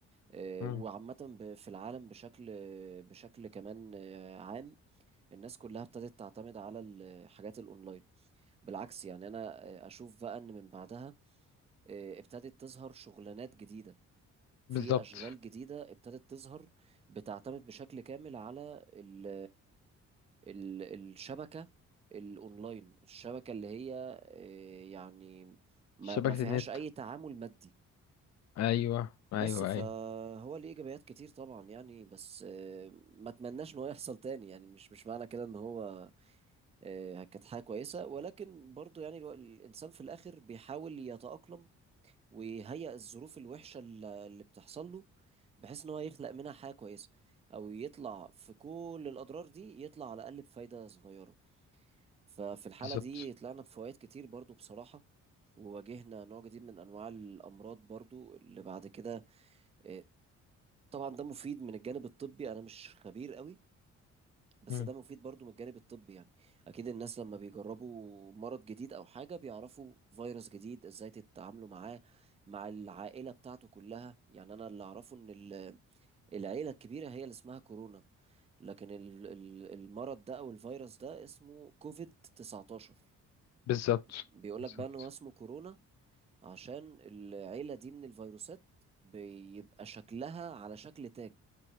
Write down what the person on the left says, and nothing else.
مم.
بالظبط
شبكه
النت
ايوه ايوه
ايوه
بالظبط
مم.
بالظبط
بالظبط